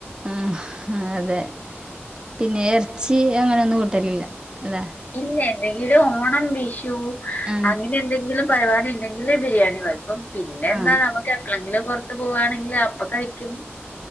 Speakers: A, on the right; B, on the left.
A: ആഹ് അതെ പിന്നെ എർച്ചി അങ്ങനൊന്നും കൂട്ടലില്ല ല്ലേ?
B: ഇല്ല എന്തെങ്കിലും ഓണം വിഷു
A: ആ
B: അങ്ങനെ എന്തെങ്കിലും പരിപാടിണ്ടെങ്കില് ബിരിയാണി വെ ക്കും പിന്നെ
A: ആ
B: എന്താ നമുക്ക് എപ്പളെങ്കിലും പൊറത്ത് പോവാണെങ്കില് അപ്പ കഴിക്കും.